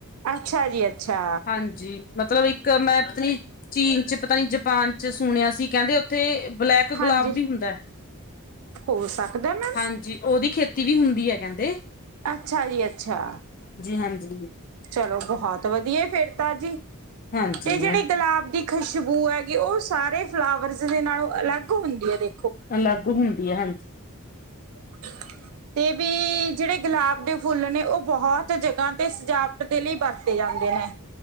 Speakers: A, on the right (about 70°); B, on the left (about 40°).
A: ਅੱਛਾ ਜੀ, ਅੱਛਾ।
B: ਹਾਂਜੀ। ਮਤਲਬ ਇੱਕ ਮੈਂ ਪਤਾ ਨੀ ਚੀਨ ਚ ਪਤਾ ਨੀ ਜਪਾਨ ਚ ਸੁਣੇਆ ਸੀ ਕੈਂਦੇ ਤੇ ਬਲੈਕ ਗੁਲਾਬ
A: ਹਾਂਜੀ
B: ਵੀ ਹੁੰਦਾ ਐ।
A: ਹੋ ਸਕਦਾ ਮੈਮ
B: ਹਾਂਜੀ, ਓਦੀ ਖੇਤੀ ਵੀ ਹੁੰਦੀ ਐ ਕੈਂਦੇ
A: ਅੱਛਾ ਜੀ, ਅੱਛਾ।
B: ਹਾਂਜੀ
A: ਚਲੋ ਬੋਹਤ ਵਦੀਆ ਫੇਰ ਤਾ ਜੀ,
B: ਹਾਂਜੀ
A: ਤੇ
B: ਮੈਮ
A: ਜੇੜੀ ਗਲਾਬ ਦੀ ਖਸ਼ਬੂ ਹੈਗੀ ਓ ਸਾਰੇ ਫਲਾਵਰਸ ਦੇ ਨਾਲੋਂ ਅਲੱਗ ਹੁੰਦੀ ਐ ਦੇ
B: ਅਲੱਗ ਹੁੰਦੀ ਐ, ਹਾਂਜੀ।
A: <inaudible> ਤੇ ਵੀ ਜੇੜੇ ਗਲਾਬ ਦੇ ਫੁੱਲ ਨੇ ਓ ਬੋਹਜ ਜਗਾ ਤੇ ਸਜਾਵਟ ਦੇ ਲਈ ਵਰਤੇ ਜਾਂਦੇ ਨੇ।